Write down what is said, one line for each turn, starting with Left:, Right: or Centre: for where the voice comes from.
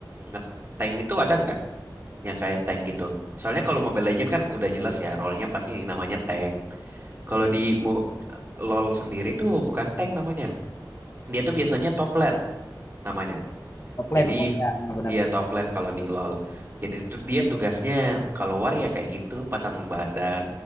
Right: nge-tank itu ada nggak? yang kayak tank gitu. Soalnya kalau Mobile Legends kan udah jelas ya, role-nya pasti namanya tank. Kalau di Mo- LoL sendiri tuh bukan tank namanya. Dia tuh biasanya top lane namanya.
Left: Top lane
Right: Jadi
Left: oh ya, benar.
Right: iya top lane kalau di LoL. Jadi tuh dia tugasnya kalau war ya kayak gitu, pasang badan.